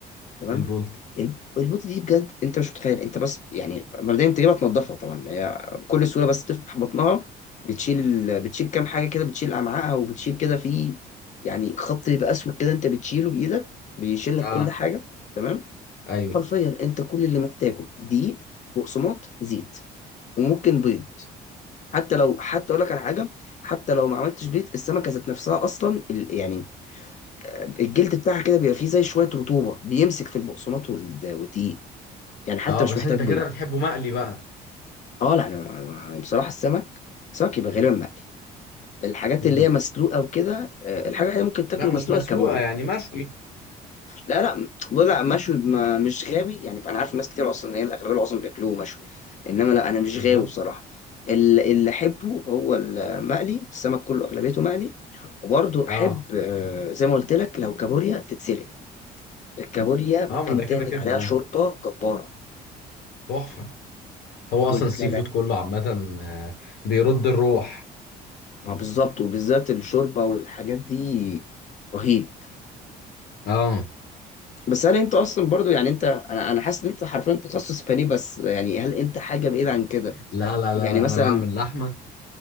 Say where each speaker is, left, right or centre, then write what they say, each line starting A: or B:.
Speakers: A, on the left; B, on the left.
A: تمام
B: البولتي
A: الب- البوطه دي بجد انت مش متخيل انت بس يعني مبدئيا بتجيبها تنضفها طبعا هي بكل سهوله بس تفتح بطنها بتشيل ال... بتشيل كام حاجه كده بتشيل امعائها وبتشيل كده في يعني خط بيبقى اسود كده انت بتشيله بايدك بيشيل لك
B: اه
A: كل حاجه تمام
B: ايوه
A: حرفيا انت كل اللي محتاجه دقيق بقسماط زيت وممكن بيض حتى لو حتى اقول لك على حاجه حتى لو ما عملتش بيض السمكه ذات نفسها اصلا ال- يعني آه، الجلد بتاعها كده بيبقى فيه زي شويه رطوبه بيمسك في البقسماط وال- والدقيق يعني حتى
B: اه
A: مش
B: بس
A: محتاج
B: انت
A: بيض
B: كده بتحبه مقلي بقى
A: اه لا انا أنا بصراحه السمك سمك يبقى غالبا مقلي الحاجات
B: امم
A: اللي هي مسلوقه وكده آه، الحاجه اللي ممكن تاكله
B: لا مش
A: مسلوقه
B: مسلوقة
A: الكابوريا
B: يعني مشوي
A: لا لا بقول لا مشوي ما مش غاوي يعني فانا عارف ناس كتير اصلا ان هي الاغلبيه العظمى بياكلوه مشوي انما لا انا مش
B: بالظبط
A: غاوي بصراحه ال- اللي احبه هو المقلي السمك كله اغلبيته مقلي وبرضه
B: اه
A: احب آه، زي ما قلت لك لو كابوريا تتسلق الكابوريا ممكن
B: اه ما ده
A: تعمل
B: كده كده
A: عليها
B: اه
A: شوربه جباره
B: تحفة هو
A: بقول
B: اصلا
A: لك
B: السي
A: لا لا
B: فود كله عامة آه، بيرد الروح
A: ما بالظبط وبالذات الشوربه والحاجات دي رهيب
B: اه
A: بس هل انت اصلا برضو يعني انت انا انا حاسس ان انت حرفيا تخصص فني بس يعني هل انت حاجه بعيد عن كده
B: لا لا
A: يعني
B: لا لا
A: مثلا
B: انا بعمل لحمة